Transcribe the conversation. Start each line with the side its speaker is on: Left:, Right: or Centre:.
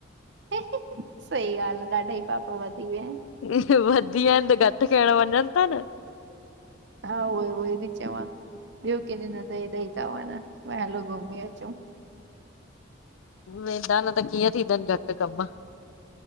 Right: सही ॻाल्ह आ, ॾाढा ईं पाप वधी विया आहिन।
Left: वधी विया आहिन त घटि करण वञनि था न।
Right: हा, उहो उहो ई थी चवां, ॿियो केॾे न त एॾेईं ता वञनि, हलो घुमी अचो।
Left: वेंदा न त कीअं थींदनि घटि कमु